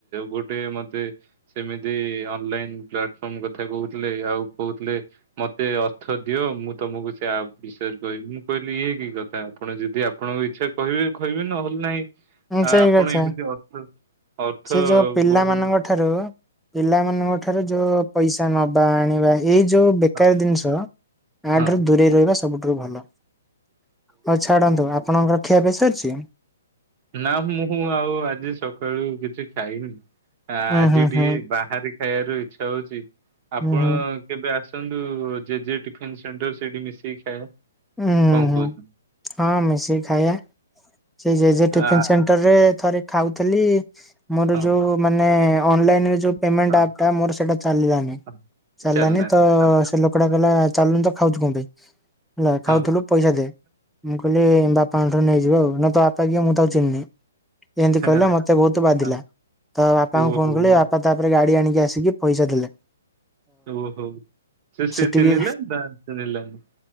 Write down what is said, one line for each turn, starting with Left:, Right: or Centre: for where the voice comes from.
Right: ଗୋଟେ ମତେ ସେମିତି ଅନଲାଇନ୍ ପ୍ଲାଟଫର୍ମ କଥା କହୁଥିଲେ ଆଉ କହୁଥିଲେ ମତେ ଅର୍ଥ ଦିଅ ମୁଁ ତମକୁ ସେ ଆପ୍ ବିଷୟରେ କହିବି ମୁଁ କହିଲି ଇଏ କି କଥା ଆପଣ ଯଦି ଆପଣଙ୍କ ଇଚ୍ଛା କହିବେ କହିବେ ନହେଲେ ନାହିଁ।
Centre: ହୁଁ
Right: ଆ
Centre: ସେଇ
Right: ଆପଣ
Centre: କଥା।
Right: ଏମିତି ଅର୍ଥ ଅର୍ଥ
Centre: ସେ ଯୋଉ ପିଲାମାନଙ୍କ
Right: ବହୁ
Centre: ଠାରୁ ପିଲାମାନଙ୍କ ଠାରୁ ଯୋଉ ପଇସା ନବା ଆଣିବା। ଏଇ ଯୋଉ ବେକାର
Right: ହଁ
Centre: ଜିନିଷ ଇୟା
Right: ହଁ
Centre: ଠାରୁ ଦୂରେଇ ରହିବା ସବୁଠାରୁ ଭଲ। ହଉ ଛାଡନ୍ତୁ ଆପଣଙ୍କ ଖିଆ ପିଆ ସରିଛି?
Right: ନା ମୁଁ ଆଉ ଆଜି ସକାଳୁ କିଛି ଖାଇନି ଆଜି
Centre: ହୁଁ ହୁଁ
Right: ଟିକେ
Centre: ହୁଁ
Right: ବାହାରେ ଫେରେ ଇଚ୍ଛା ହଉଛି ଆପଣ
Centre: ହୁଁ ହୁଁ
Right: କେବେ ଆସନ୍ତୁ ଜେଜେ ଟିଫନ ସେଣ୍ଟର ସେଇଠି ମିଶେଇି ଖାଇବା
Centre: ହୁଁ ହୁଁ
Right: କଣକହୁ
Centre: ହୁଁ ହଁ ମିଶିକି ଖାଇବା ସେ ଜେଜେ ଟିଫିନ
Right: ଆ
Centre: ସେଣ୍ଟରେ ଥରେ ଖାଉଥିଲି ମୋର
Right: ହଁ
Centre: ଯୋଉ ମାନେ ଅନଲାଇନରେ ଯୋଉ ପେମେଣ୍ଟ
Right: ହଁ
Centre: ଆପ ଟା ମୋର ସେଟା ଚାଲିଲାନି
Right: ହଁ
Centre: ଚାଲିଲାନି
Right: ଚାଲିଲାଣି
Centre: ତ
Right: ହଁ
Centre: ସେ ଲୋକଟା କହିଲା ଚାଲୁନିତ। ଖାଉଛୁ କଣ ପାଇଁ ହେଲା
Right: ହଁ
Centre: ଖାଉଥିଲୁ ପଇସା ଦେ। ମୁଁ କହିଲି ବାପାଙ୍କଠାରୁ ନେଇଯିବ ଆଉ ନା ତୋ ବାପା କିଏ ତାକୁ ମୁଁ ଚିହ୍ନିନି। ଏମିତି
Right: ହଁ
Centre: କହିଲେ ମତେ ବହୁତ ବାଧିଲା
Right: ହଁ।
Centre: ତ ବାପାଙ୍କୁ
Right: ଓହୋ
Centre: ଫୋନ କଲି ବାପା ତାପରେ ଗାଡି ଆଣିକି ଆସିକି ପଇସା ଦେଲେ। ତା
Right: ଓହୋଉ ସେ ସେ
Centre: ସେଠିକି
Right: ଚିହିଁଲେ ଦା ଚିହ୍ନିଲେନି।